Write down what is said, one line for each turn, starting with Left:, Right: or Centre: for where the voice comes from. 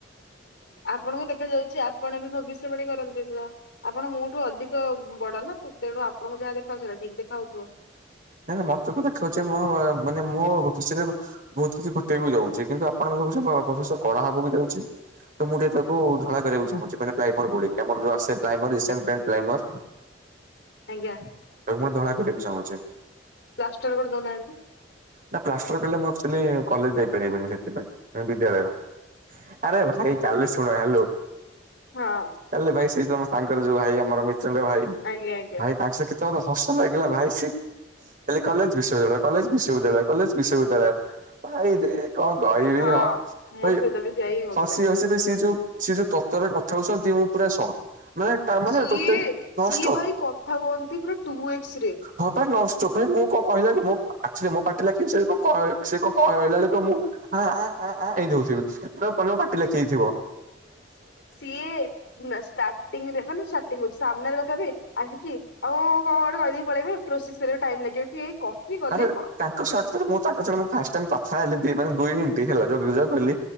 Left: ଆପଣଙ୍କୁ ଦେଖା ଯାଉଛି ଆପଣ ବି ଭବିଷ୍ୟବାଣୀ କରନ୍ତି ତ ଆପଣ ମୋଠୁ ଅଧିକ ବଡ ନା ତେଣୁ ଆପଣଙ୍କୁ ଯାହା ଦେଖାଯାଉଛି ସେଟା ଠିକ୍ ଦେଖା ଜାଉ ଥିବ।
Right: ନାଇଁ ନାଇଁ ମତେ ତ ଦେଖା ଯାଉଛି ମୋ ମାନେ ମୋ ଖୁସିରେ ବହୁତ କିଛି ଘଟେଇ ବୁ ଯାଉଚି କିନ୍ତୁ ଆପଣ । ଭବିଷ୍ୟତ ଅବଶ୍ୟ କଳା ହବାକୁ ଯାଉଛି । ତ ମୁଁ ଟିକେ ତାକୁ ଧଳା କରିବାକୁ ଚାହୁଁଛି ମାନେ ପ୍ରାଇମର୍ ବୁଲିକି ଆମର ଯୋଉ ଆସେ ଏସି ଆନ ପେଣ୍ଟ ପ୍ରାଇମର୍ ତାକୁ
Left: ଆଜ୍ଞା
Right: ମୁ ଧଳା କରି ବାକୁ ଚାହୁଁଚି ।
Left: ପ୍ଲାଷ୍ଟର କରି ଦଉନାହାନ୍ତି।
Right: ନା ପ୍ଲାଷ୍ଟର କଲେ ମୁଁ ପିଲେ କଲେଜ ଯାଇ ପାରିବନି ସେଥିପାଇଁ ମାନେ ବିଦ୍ୟାଳୟ । ଆରେ ଭାଇ କାଲି ଶୁଣ ହ୍ୟାଲୋ ।
Left: ହଁ
Right: କାଲି ଭାଇ ସେଇଯୋଉ ଆମ ସାଙ୍ଗ ର ଯୋଉ ଭାଇ ଆମର ମିଶ୍ରଙ୍କଭାଇ
Left: ଆଜ୍ଞା ଆଜ୍ଞା
Right: ଭାଇ ତାଙ୍କ ସହିତ । ତ ମୋତେ ହସ ଲାଗିଲା ଭାଇ ସେ ଖାଲି କଲେଜ୍ ବିଶ୍ୱବିଦ୍ୟାଳୟ କଲେଜ୍ ବିଶ୍ୱ ବିଶ୍ୱବିଦ୍ୟାଳୟ କଲେଜ୍ ବିଶ୍ୱବିଦ୍ୟାଳୟ ଭାଇରେ କଣ କହିବି
Left: ହଁ।
Right: ହୋ
Left: ମୋ
Right: ଭାଇ
Left: ସହିତ ବି ସେୟା ହିଁ ହଉଥିଲା।
Right: ହସି ହସି ବି ସିଏ ଯୋଉ ସିଏ ଯୋଉ ତର୍ ତର୍ ରେ କଥା ହଉଛନ୍ତି ମୁଁ ପୁରା ସକ୍। ମାନେ ତା ମାନେ
Left: ସିଏ
Right: ଟୋଟାଲି ନଷ୍ଟ।
Left: ସିଏ ଭାଇ କଥା କୁହନ୍ତି ପୁରା ଟୁ ଏକ୍ସ ରେ
Right: ହଁ ପା ନଷ୍ ତୋ ଫେର୍ ମୁଁ କଣ କହିଲା କି ମୁଁ ଆକ୍ଚୁଲି ମୋ ପାଠ ଲଖିବି ସେ କ- କଣ ସେ କଣ କହିଲା ଲେଖିବୁ। ମୁଁ ଆଁ, ଆ, ଆ, ଆ ଏମତି ହଉଚି ସିଏ ବି <unintelligible> ପାଟି ଲା ଚେଇଥିବ।
Left: ସିଏ ନା ଷ୍ଟାଟିଙ୍ଗ ରେ ମାନେ ଷ୍ଟାଟିଙ୍ଗ କହୁଚୁ, ସାମ୍ନାରେ <unintelligible> ତବେ ଆସିକି ଆଉ କଣ ଗୋଟେ କହିଦେଇକି ପଳେଇବେ। ପ୍ରୋସେସ୍ ରେ ଟାଇମ୍ ଲାଗିବ କି କହିକି
Right: <unintelligible>
Left: ଗଲେ କଣ।
Right: ତାଙ୍କ ସର୍ତ୍ତରେ ମୁଁ ତାଙ୍କ ସହିତ ମୁଁ ଫାଷ୍ଟ ଟାଇମ୍ କଥା ହେଲି ଦି ମାନେ ଦୁଇ ମିନିଟ୍ ହେଲା। ଯୋଉ ଯୋଉ ବୋଲି